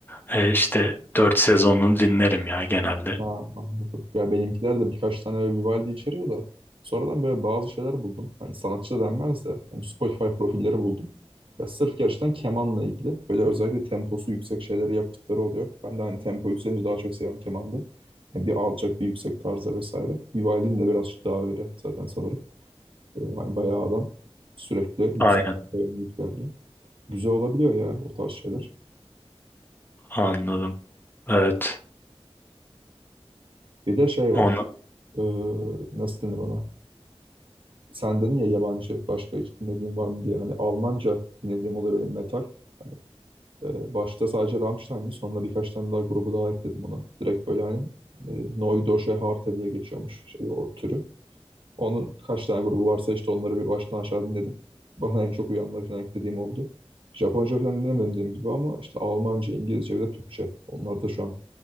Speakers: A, on the left; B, on the right.
A: e, işte dört sezonunu dinlerim ya genelde.
B: Ha, anladım. Ya benimkiler de birkaç tane böyle Vivaldi içeriyor da sonradan böyle bazı şeyler buldum. Hani sanatçı da denmez de hani Spotify profilleri buldum. Ya sırf gerçekten kemanla ilgili böyle özellikle temposu yüksek şeyleri yaptıkları oluyor. Ben de hani tempo yükselince daha çok seviyorum kemanda. Yani bir alçak bir yüksek tarzda vesaire. Vivaldi'nin de birazcık daha öyle zaten sanırım. Ee, hani bayağı adam sürekli yüksek
A: Aynen
B: tempoya müzik yapıyor. Güzel olabiliyor ya o tarz şeyler.
A: anladım. Evet.
B: Bir de şey
A: Onu,
B: var. Ee, nasıl denir ona? Sen dedin ya yabancı başka hiç dinlediğin var mı diye. Hani Almanca dinlediğim oluyor benim metal. Hani e, başta sadece Rammstein'di. Sonra birkaç tane daha grubu daha ekledim ona. Direkt böyle hani e, Neue Deutsche Harte diye geçiyormuş şey o türü. Onun kaç tane grubu varsa işte onları bir baştan aşağı dinledim. Bana en çok uyanları falan eklediğim oldu. Japonca falan dinlemedim dediğim gibi ama işte Almanca, İngilizce ve de Türkçe. Onlar da şu an